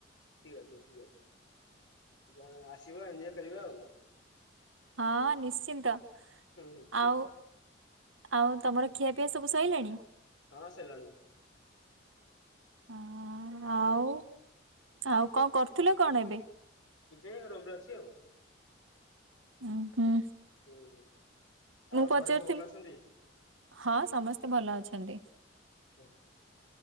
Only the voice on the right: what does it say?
ହଁ ନିଶ୍ଚିନ୍ତ।
ଆଉ ଆଉ ତମର ଖିଆପିଆ ସବୁ ସଇଲାଣି?
ହଁ ଆଉ, ଆଉ କଣ କରୁଥିଲ କଣ ଏବେ?
ଉଁ ହୁଁ।
ମୁଁ
ପଚାରୁଥିଲି
ହଁ ସମସ୍ତେ ଭଲ ଅଛନ୍ତି।